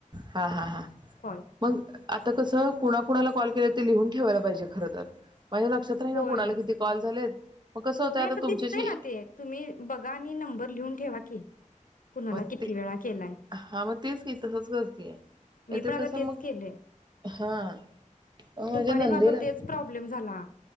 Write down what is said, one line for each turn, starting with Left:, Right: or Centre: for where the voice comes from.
Right: हा हा हा
Left: कॉल
Right: मग आता कसं कुणा-कुणाला कॉल केले ते लिहून ठेवायला पाहिजे खरं तर माझ्या लक्षात राहीना
Left: होय
Right: कुणाला किती कॉल झालेत? मग कसं होतंय
Left: नाही आता
Right: तुमच्याशी
Left: दिसतय ना ते तुम्ही बघा आणि नंबर लिहून ठेवा की कुणाला
Right: म
Left: किती
Right: ते
Left: वेळा केलाय
Right: हा म तेच की तसच करतीये येत
Left: मी पण आता
Right: कसं
Left: तेच
Right: मग
Left: केलंय
Right: हा म्हणजे
Left: दुपारी
Right: नंदेला
Left: माझा तेच प्रॉब्लेम झाला